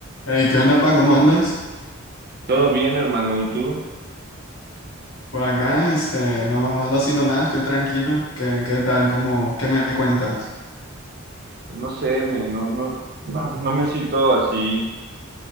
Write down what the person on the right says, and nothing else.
Todo bien, hermano, ¿y tú?
No sé, me, no, no, no, no me siento así